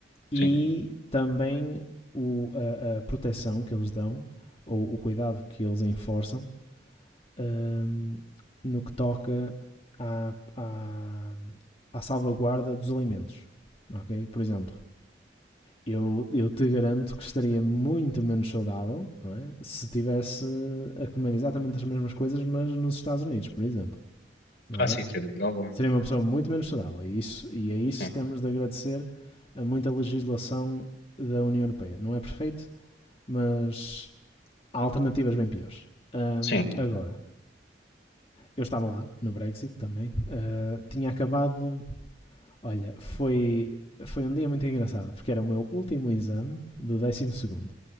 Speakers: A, on the left; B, on the left.
A: e
B: sim.
A: também o, a, a proteção que eles dão ou o cuidado que eles enforçam hum, no que toca à, à, à salvaguarda dos alimentos. Ok? Por exemplo, eu, eu te garanto que estaria muito menos saudável não é? se tivesse a comer exatamente as mesmas coisas, mas nos Estados Unidos, por exemplo. Ok?
B: Ah, sim, sem dúvida alguma.
A: Seria uma pessoa muito menos saudável. E, isso, e a isso
B: Sim,
A: temos de agradecer a muita legislação da União Europeia. Não é perfeito, mas há alternativas bem piores. Hum,
B: sim,
A: agora, eu estava lá no Brexit também. Ah, tinha acabado. Olha, foi, foi um dia muito engraçado, porque era o meu último exame do décimo segundo.